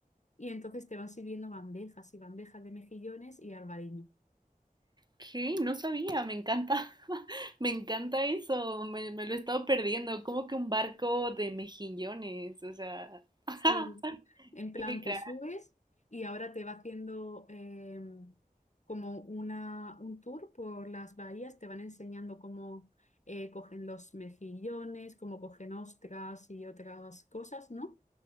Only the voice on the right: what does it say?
¿Qué? No sabía, me encanta, <laughs> me encanta eso, me, me lo he estado perdiendo, como que un barco de mejillones, o sea, <laughs>
qué crack.